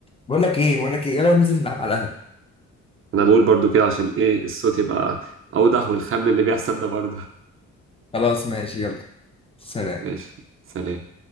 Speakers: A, on the left; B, on the right.
A: بقول لك ايه بقول لك ايه يلا ننزل نلعب على القهوة
B: انا بقول برضو كده عشان ايه الصوت يبقى اوضح والخم اللي بيحصل ده برضه
A: خلاص ماشي يلا سلام
B: ماشي سلام